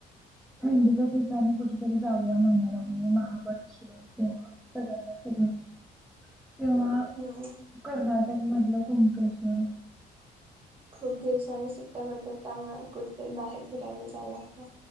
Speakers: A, in the centre; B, on the right.
A: थंडीच्या ठिकाणी कुठेतरी जाऊया म्हणालागलोय महाबळेश्वर किंवा सगळ्यांना घेऊन किंवा
B: हम्म.
A: कर्नाटक, कोण म्हणल कुणकेश्वर.
B: खूप दिवसाांनी सुट्टा पडतात त्यामुळे कुठेतरी बाहेर फिरायला जायला लागतय.